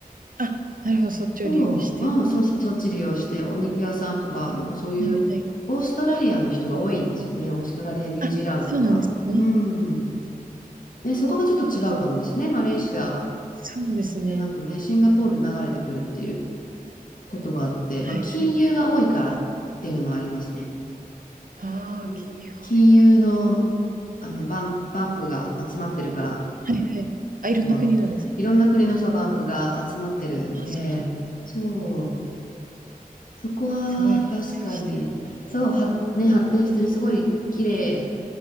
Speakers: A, on the right (about 65°); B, on the left (about 65°).
A: あ、なるほど、そっちを利用して。
B: そう、うん、そ、そっち利用して、お肉屋さんとか、なんかそういう、
A: はいはい。
B: オーストラリアの人が多いんですよね。オーストラリア、ニュージーランドとか。
A: あ、そうなんですね。
B: うん。ね、そこがちょっと違うかもですね。
A: ああ、そ
B: マレーシア
A: そうですね。
B: じゃなくね、シンガポールに流れてくるっていうことがあって、
A: はい。
B: まあ、金融が多いからっていうのもありますね。
A: ああ、
B: うん金融の、
A: 金融が多いから。
B: あのバン、バンクが集まってるから、
A: はいはいはい。あ、いろんな国のですか？
B: あの、いろんな国のそうバンクが集まってるんで、
A: あ、そう
B: そう、そこは確かに、
A: すごい発展してる。
B: そう、は、ね、発展してる、すごい綺麗、